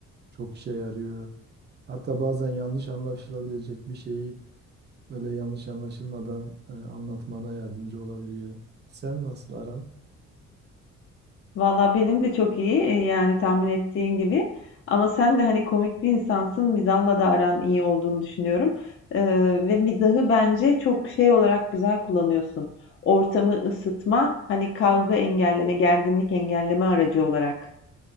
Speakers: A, on the right; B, on the left.
A: çok işe yarıyor. Hatta bazen yanlış anlaşılabilecek bir şeyi böyle yanlış anlaşılmadan e, anlatmana yardımcı olabiliyor. Sen nasıl aran?
B: Valla benim de çok iyi e, yani tahmin ettiğin gibi. Ama sen de hani komik bir insansın. Mizahla da aran iyi olduğunu düşünüyorum. Ee, ve mizahı bence çok şey olarak güzel kullanıyorsun. Ortamı ısıtma, hani kavga engelleme, gerginlik engelleme aracı olarak.